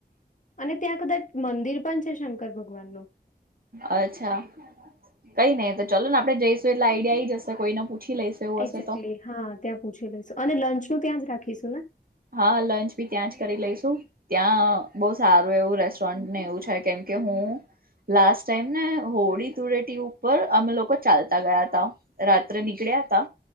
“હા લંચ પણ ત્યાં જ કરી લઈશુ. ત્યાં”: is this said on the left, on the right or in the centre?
Right